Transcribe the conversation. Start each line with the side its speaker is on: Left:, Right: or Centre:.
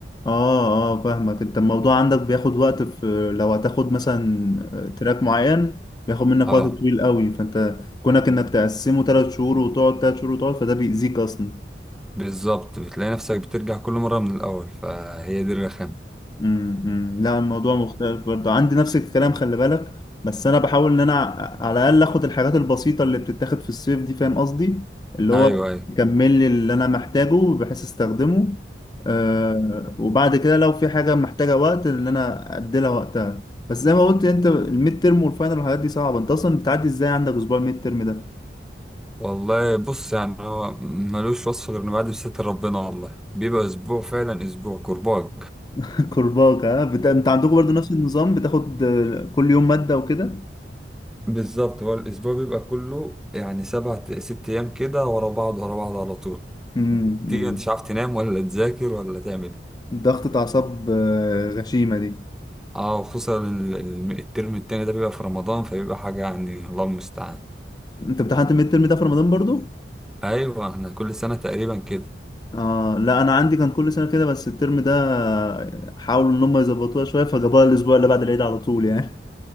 Left: اه اه فاهمك انت الموضوع عندك بياخد وقت في لو هتاخد مثلا آه، تراك معين بياخد منك
Centre: اه
Left: وقت طويل قوي فانت كونك انك تقسمه ثلاث شهور وتقعد ثلاث شهور وتقعد فده بيأذيك اصلا
Centre: بالظبط بتلاقي نفسك بترجع كل مرة من الاول فهي دي الرخامة
Left: امم أمم. لا الموضوع مختلف برضه عندي نفس الكلام خلي بالك بس انا بحاول ان انا ع- على الاقل اخد الحاجات البسيطه اللي بتتاخد في الصيف دي فاهم قصدي اللي
Centre: ايوه
Left: هو اه
Centre: ايوه
Left: يكمل لي اللي انا محتاجه بحيث استخدمه آه وبعد كده لو في حاجه محتاجه وقت اللي انا ادي لها وقتها بس زي ما قلت انت الميد ترم والفاينل والحاجات دي صعبه انت اصلا بتعدي ازاي عندك اسبوع الميد ترم ده
Centre: والله بص يعني هو ملوش وصف غير انه بعد بستر ربنا والله بيبقى اسبوع فعلا اسبوع كرباج
Left: <laughs> كرباك ها بت... انت عندكم برضه نفس النظام بتاخد آه، كل يوم ماده وكده
Centre: بالظبط هو الاسبوع بيبقى كله يعني سبع ست ايام كده ورا بعض ورا بعض على طول
Left: امم
Centre: تيجي
Left: أمم.
Centre: انت مش عارف تنام ولا تذاكر ولا تعمل ايه
Left: ضغطة أعصاب آه، غشيمة دي
Centre: اه وخصوصا ال- ال- الترم التاني ده بيبقى في رمضان فبيبقى حاجة يعني الله المستعان
Left: أنت امتحنت الميد ترم ده في رمضان برضو؟
Centre: ايوه احنا كل سنة تقريبا كده
Left: آه لا أنا عندي كان كل سنة كده بس الترم ده آه، حاولوا إن هم يظبطوها شوية فجابوها الأسبوع اللي بعد العيد على طول يعني